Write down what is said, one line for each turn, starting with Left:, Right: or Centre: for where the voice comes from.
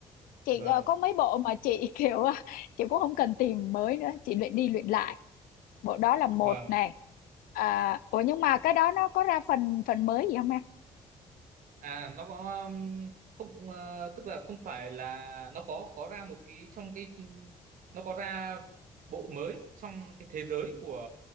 Left: chị
Right: vâng
Left: ờ, có mấy bộ mà chị <laughs> kiểu ờ, chị cũng không cần tìm mới nữa chị luyện đi luyện lại bộ đó là một
Right: vâng
Left: nè à, ủa nhưng mà cái đó nó có ra phần phần mới gì không em
Right: À nó có um, không ờ, tức là không phải là nó có có ra một cái trong cái nó có ra bộ mới trong cái thế giới của